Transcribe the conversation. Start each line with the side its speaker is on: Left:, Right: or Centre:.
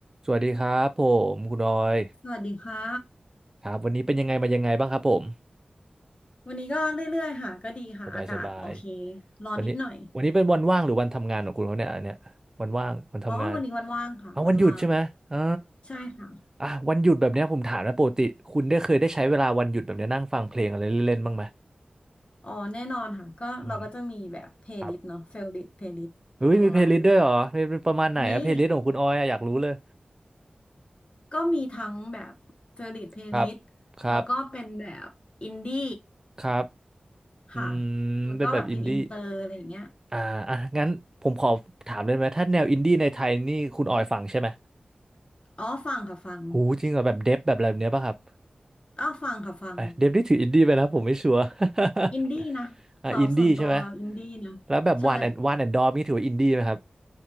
Right: สวัสดีครับผมคุณออย
Left: สวัสดีค่ะ
Right: ครับวันนี้เป็นยังไงมายังไงบ้างครับผม
Left: วันนี้ก็เรื่อยๆ ค่ะก็ดีค่ะอากาศโอเค
Right: สบายสบาย
Left: ร้อนนิดหน่อย
Right: วันนี้วันนี้เป็นวันว่างหรือวันทำงานของคุณเขาเนี่ยอันเนี้ยวันว่างวันทำงาน
Left: อ๋อวันนี้วันว่างค่ะวันว่าง
Right: เอาวันหยุดใช่ไหมเออ
Left: ใช่ค่ะ
Right: อ่ะวันหยุดแบบเนี้ยผมถามนะปกติคุณได้เคยได้ใช้เวลาวันหยุดแบบเนี้ยนั่งฟังเพลงอะไรเล่นๆบ้างไหม
Left: อ๋อแน่นอนค่ะก็เราก็จะมีแบบเพลย์ลิสต์เนาะเฟ
Right: อืมครับ
Left: v o ลิ t เพลย์ลิสต์ของเราอยู่
Right: เฮ้ยมีเพลย์ลิสต์ด้วยเหรอเป็นเป็นประมาณไหนอะเพลย์ลิสต์ของคุณออยอะอยากรู้เลย
Left: มี ก็มีทั้งแบบเฟ v o ริ t เพลย์ลิสต์แล้วก็เป็นแบบอินดี้
Right: ครับครับครับ
Left: ค่ะ
Right: อืมเป็นแบบอินดี้
Left: แล้วก็แบบเพลงอินเตอร์อะไรอย่างเงี้ย
Right: อ่าอ่ะงั้นผมขอถามเลยไหมถ้าแนวอินดี้ในไทยนี่คุณออยฟังใช่ไหม
Left: อ๋อฟังค่ะฟัง
Right: หูจริงเหรอแบบเดฟแบบอะไรแบบเนี้ยป่ะครับ
Left: อ้าวฟังค่ะฟัง
Right: เอ้ยเดฟนี่ถืออินดี้ไปนะผมไม่ชัวร์ <laughs>
Left: อินดี้นะสำหรับส่วนตัวอินดี้นะใช่
Right: อ่าอินดี้ใช่ไหมแล้วแบบวานแอนวานแอนดอมนี่ถือว่าอินดี้ไหมครับ